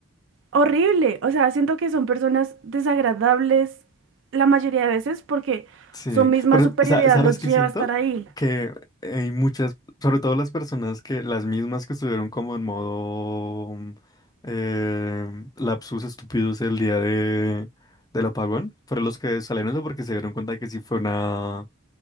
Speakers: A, on the right (about 60°); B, on the left (about 20°).
A: horrible. O sea, siento que son personas desagradables la mayoría de veces porque
B: Sí,
A: su misma
B: pero
A: superioridad
B: sa- ¿sabes
A: los
B: qué
A: lleva
B: siento?
A: a estar ahí.
B: Que hay muchas, sobre todo las personas que, las mismas que estuvieron como en modo mm, eh, lapsus estúpidos el día de, del apagón, fueron los que salieron eso porque se dieron cuenta de que sí fue una,